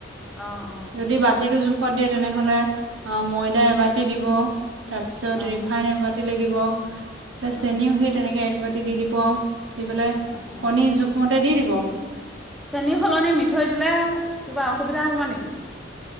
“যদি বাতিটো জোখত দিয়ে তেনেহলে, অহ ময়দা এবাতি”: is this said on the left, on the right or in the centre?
Right